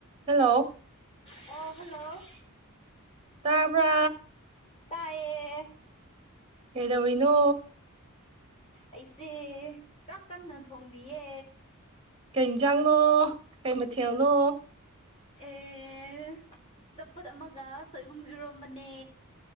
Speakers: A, on the right (about 25°); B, on the left (about 25°).
A: hello
B: ꯑꯣ hello
A: ꯇꯥꯄꯥ
B: ꯇꯌꯦ
A: ꯀꯩꯗꯧꯔꯤꯅꯣ
B: ꯑꯩꯁꯦ ꯆꯥꯛ ꯇꯟꯅ ꯊꯣꯡꯔꯤꯌꯦ
A: ꯀꯩ ꯌꯦꯟꯁꯥꯡꯅꯣ ꯀꯩ ꯃꯊꯦꯜꯅꯣ
B: ꯑꯦ ꯆꯝꯐꯨꯠ ꯑꯃꯒ ꯁꯣꯏꯕꯨꯝ ꯏꯔꯣꯝꯕꯅꯦ